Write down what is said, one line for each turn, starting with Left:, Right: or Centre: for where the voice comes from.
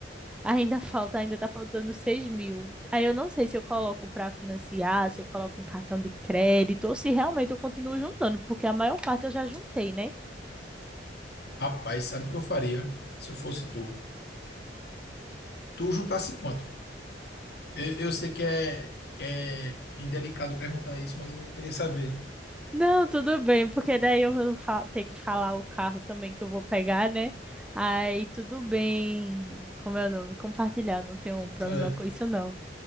Centre: ainda <laughs> falta, ainda tá faltando 6 mil. Aí eu não sei se eu coloco para financiar, se eu coloco em cartão de crédito ou se realmente eu continuo juntando, porque a maior parte eu já juntei, né?
Left: Rapaz, sabe o que eu faria se eu fosse tu? Tu juntasse quanto? Eu, eu sei que é, que é indelicado perguntar isso, mas eu queria saber.
Centre: Não, tudo bem, porque daí eu vou fa- ter que falar o carro também que eu vou pegar, né? Aí tudo bem, como é o nome? Compartilhar, não tenho problema
Left: É.
Centre: com isso, não.